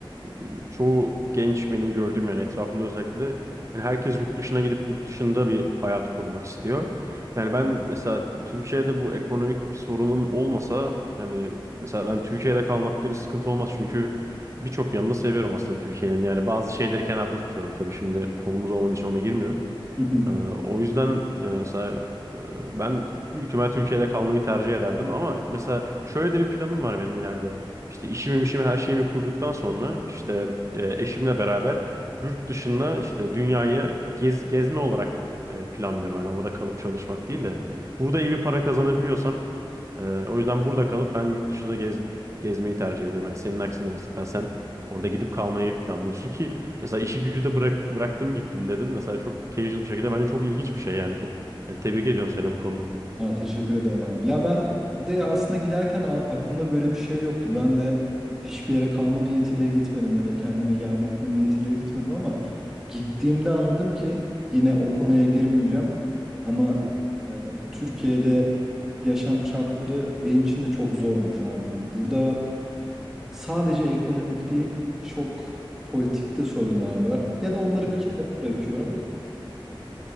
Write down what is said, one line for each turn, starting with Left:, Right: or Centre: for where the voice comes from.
Right: e, çoğu genç benim gördüğüm yani etrafımda özellikle yani herkes yurt dışına gidip yurt dışında bir hayat kurmak istiyor. Yani ben mesela Türkiye'de bu ekonomik bir sorunum olmasa yani mesela ben Türkiye'de kalmakta bir sıkıntı olmaz çünkü birçok yanını seviyorum aslında Türkiye'nin. Yani bazı şeyleri kenarda tutuyorum tabii şimdi konumuz olmadığı için ona girmiyorum.
Centre: <laughs>
Right: Ee, o yüzden e, mesela e, ben büyük ihtimal Türkiye'de kalmayı tercih ederdim ama mesela şöyle de bir planım var benim ileride. İşte işimi işimi her şeyimi kurduktan sonra işte e, eşimle beraber yurt dışında işte dünyayı gez, gezme olarak e, planlıyorum. Yani orada kalıp çalışmak değil de burada iyi bir para kazanabiliyorsam e, o yüzden burada kalıp ben yurt dışında gez, gezmeyi tercih ediyorum. Yani senin aksine mesela sen orada gidip kalmayı planlıyorsun ki Mesela işi gücü de bırak, bıraktım gittim dedin. Mesela çok casual bir şekilde bence çok ilginç bir şey yani. Çok yani tebrik ediyorum seni bu konuda.
Centre: Ha, teşekkür ederim abi. Ya ben de aslında giderken a- aklımda böyle bir şey yoktu. Ben de hiçbir yere kalma niyetiyle gitmedim ya da kendime yer bakma niyetiyle gitmedim ama gittiğimde anladım ki yine o konuya girmeyeceğim. Ama
Right: Hı hı,
Centre: e, Türkiye'de yaşam şartları benim için de çok zormuş abi. Burada sadece ekonomik değil çok politik de sorunlar var. Ya da onları
Right: hı
Centre: bir
Right: hı,
Centre: kenara bırakıyorum.